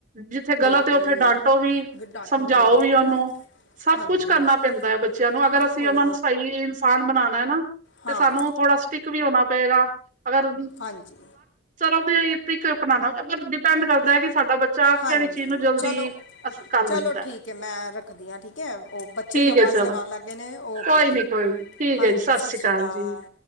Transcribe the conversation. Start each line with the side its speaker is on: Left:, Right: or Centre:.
Right: ਜਿੱਥੇ ਗਲਤ
Left: ਬਿਲਕੁਲ
Right: ਏ ਓੱਥੇ ਡਾਂਟੋ ਵੀ,
Left: ਗਡਾਟੋ
Right: ਸਮਝਾਓ
Left: ਬਿਲਕੁਲ
Right: ਵੀ ਓੱਨੂੰ। ਸਭ
Left: ਹਾਂਜੀ
Right: ਕੁਝ ਕਰਨਾ ਪੈਂਦੈ ਬੱਚਿਆਂ ਨੂੰ, ਅਗਰ
Left: ਬਿਲਕੁਲ
Right: ਅਸੀਂ ਓਹਨਾਂ ਨੂੰ ਸਈ। ਸਾਨ ਬਣਾਣੈ ਨਾ
Left: ਹਾਂ
Right: ਤੇ ਸਾਨੂੰ ਥੋੜਾ ਸਟਿਕ ਵੀ ਹੋਣਾ ਪਏਗਾ, ਅਗਰ
Left: ਹਾਂਜੀ।
Right: ਚਲੋ ਬਈ ਏਹੀ ਤਰੀਕਾ ਅਪਣਾ ਨੇ ਮਤਲਬ ਡਿਪੈਂਡ ਕਰਦਾ ਕਿ ਸਾਡਾ ਬਚ ਚਾਅ
Left: ਹਾਂਜੀ
Right: ਕੇਹੜੀ ਚੀਜ਼ ਨੂੰ ਜਲਦੀ
Left: ਚਲੋ
Right: ਅਸਤ ਕਰ
Left: ਚਲੋ
Right: ਦਿੰਦਾ?
Left: ਠੀਕ ਹੈ ਮੈਂ ਰੱਖਦੀ ਹਾਂ ਠੀਕ ਹੈ ਉਹ ਬੱਚੇ
Right: ਠੀਕ
Left: ਹੀ ਆਵਾਜ਼
Right: ਐ ਚਲੋ,
Left: ਲਗਾਉਣ ਲੱਗ ਗਏ ਨੇ ਓਕੇ
Right: ਕੋਈ
Left: ਜੀ
Right: ਨੀ ਕੋਈ ਨੀ, ਠੀਕ
Left: ਹਾਂਜੀ
Right: ਐ ਜੀ ਸਸ
Left: ਸਤਿ
Right: ਸ਼੍ਰੀ ਕਾਲ
Left: ਅਕਾਲ
Right: ਜੀ।